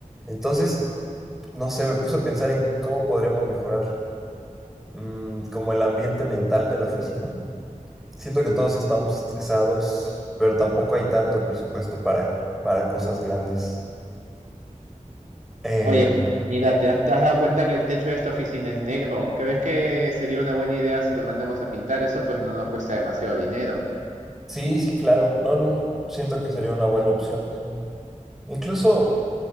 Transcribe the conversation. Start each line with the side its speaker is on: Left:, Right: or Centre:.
Centre: Entonces, no sé, me puse a pensar en cómo podríamos mejorar. mm, como el ambiente mental de la oficina. Siento que todos estamos estresados, pero tampoco hay tanto presupuesto para, para cosas grandes. Eh,
Right: Oye, pues mira, ¿te has, te has dado cuenta que el techo de esta oficina es negro? ¿Crees que sería una buena idea si lo mandamos a pintar? Eso pues no nos cuesta demasiado dinero.
Centre: sí, sí, claro. No, no, no. Siento que sería una buena opción. Incluso